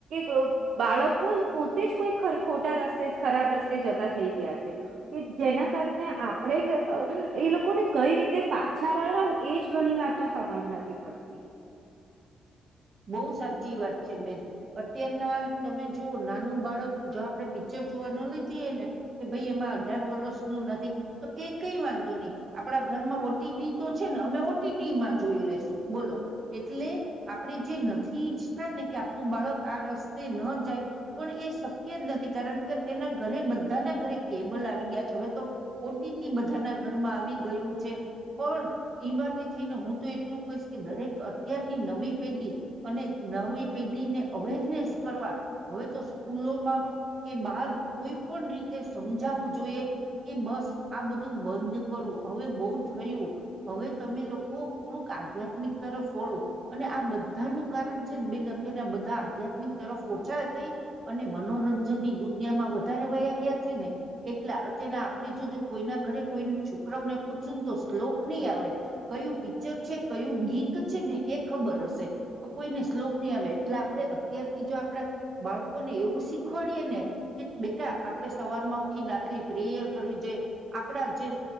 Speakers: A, on the right; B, on the right.
A: કે બાળકો પોતે જ કોઈ ખોટા રસ્તે ખરાબ રસ્તે જતા થઈ ગયા છે કે જેના કારણે આપણે એ લોકોને કઈ રીતે પાછા મળવાની એજ ઘણી વાર તો સમજ નથી પડતી
B: બઉુ સાચી વાત છે બેન અત્યારના તમે જો નાનું બાળક જો આપણે પિક્ચર જોવાનું લઈ જઈએ ને કે ભાઈ એમાં અઢાર વર્ષ ન નથી તો ક કઈ વાંધો નહી આપડા ઘરમાં ઓટીટી તો છે ને અમે ઓટીટીમાં જોઈ લેશું બોલો એટલે આપણે જે નથી ્છ ને કે આપણું બાળક આ રસ્તે ન જાય પણ એ શક્ય જ નથી કારણ કે તેના ઘરે બધાના ઘરે કેબલ આવી ગયા છે હવે તો ઓટીટી બધાના ઘરમાં આવી ગયું છે પણ એ માટે થઈને હું તો એટલું કહીશ કે દરેક અત્યારની નવી અને નવી પેઢીને અવેરનેસ કરવા હવે તો સ્કૂલોમાં કે બાર કોઈ પણ રીતે સમજાવવું જોઈએ કે બસ આ બધું ધુ બંધ કરો હવે બઉ થયું હવે તમે લોકો થોડુંક આધ્યાત્મિક તરફ વળો અને આ બધાનું કારણ છે ન બેન અત્યના બધા આધ્યાત્મિક તરફ ઓછા થઈ અને મનોરંજનની દુનિયામાં વધારે વયા ગયા છે ને એટલા અત્યાર ના આપડે જોજો કોઈના ઘરે કોઈ છોકરાઓને પૂછશું ને તો શ્લોક નહી આવડે કયું પિક્ચર છે કયું ગીત છે ને એક ખબર હશે પણ કોઈને શ્લોક નહી આવે એટલે આપણે અત્યારથી જો આપડા બાળકોને એવું શીખવાડીએે ને કે બેટા આપડે સવાર માં ઉઠીન આટલી પ્રેયર કરવી જોઈએ આપણા જે